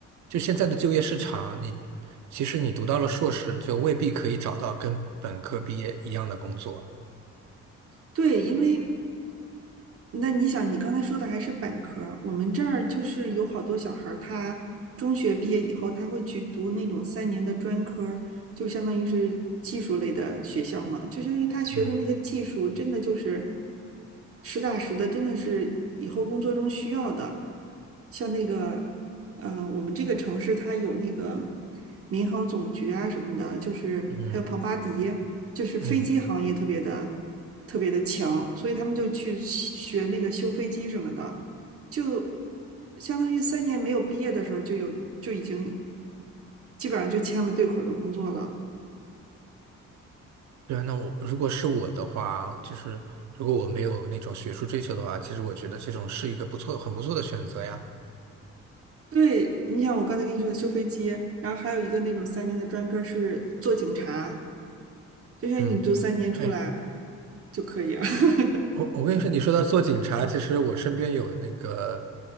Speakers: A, on the right; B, on the right.
A: 就现在的就业市场，你其实你读到了硕士，就未必可以找到跟本科毕业一样的工作。
B: 对，因为那你想，你刚才说的还是本科儿我们这儿就是有好多小孩儿他中学毕业以后，他会去读那种三年的专科儿就相当于是技术类的学校嘛，就相当于他学的那个技术，
A: 嗯
B: 真的就是实打实的，真的是以后工作中需要的。像那个，呃，我们这个城市它有那个民航总局啊什么的，就是还有庞巴迪。
A: 嗯
B: 就是飞机行业特别的
A: 嗯。
B: 特别的强，所以他们就去学那个修飞机什么的，就相当于三年没有毕业的时候就有就已经基本上就签了对口的工作了。
A: 对啊，那我如果是我的话，就是如果我没有那种学术追求的话，其实我觉得这种是一个不错、很不错的选择呀。
B: 对，你想我刚才跟你说的修飞机，然后还有一个那种三年的专科是做警察，就像你读三年出来
A: 嗯，哎，
B: 就可以了。<laughs>
A: 我我跟你说，你说到做警察，其实我身边有那个